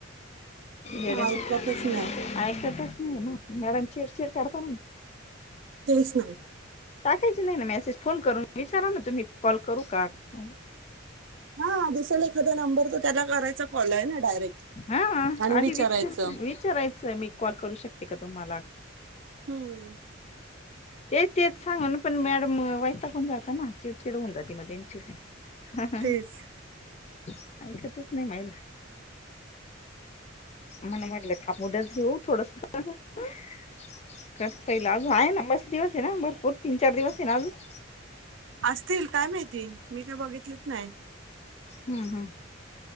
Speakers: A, on the left (about 35°); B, on the right (about 70°).
A: येड्या
B: <inaudible> ऐकतच नाय.
A: ऐकतच नाही ना मॅडम चिडचिड करता
B: तेच नाही
A: टाकायची नाही ना मॅच्य फोन करून विचारा तुम्ही कॉल करू का <unintelligible>
B: हा दिसेल एखादा नंबर तर त्याला करायचा कॉल आहे ना डायरेक्ट
A: हा
B: आणि विचारायचं
A: आधी विचार विचारायचं मी कॉल करू शकते का? तुम्हाला
B: हम्म!
A: तेच तेच सांगून पण म्याट म वैताकून जातं ना चिडचिड होऊन जाते, मग त्यांचे ह ह.
B: तेच
A: ऐकतचं नाही, मायला मणं वाटलं हाफ नूडल्स थोडसं खा काशं पहिलं व्हां ना मस्ती बसे ना भरपूर तीन चार दिवस हे ना अजून
B: असतील काय माहिती मी काय बघितलंच नाही.
A: हम्म हम्म